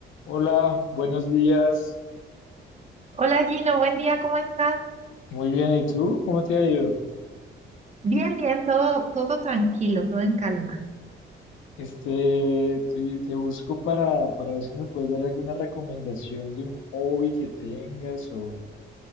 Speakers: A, on the left; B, on the right.
A: Hola, buenos días.
B: Hola Gino, buen día, ¿cómo estás?
A: Muy bien, ¿y tú? ¿Cómo te ha ido?
B: Bien, bien, todo, todo tranquilo, todo en calma.
A: Este, te, te busco para, para ver si me puedes dar alguna recomendación de un hobby que tengas o,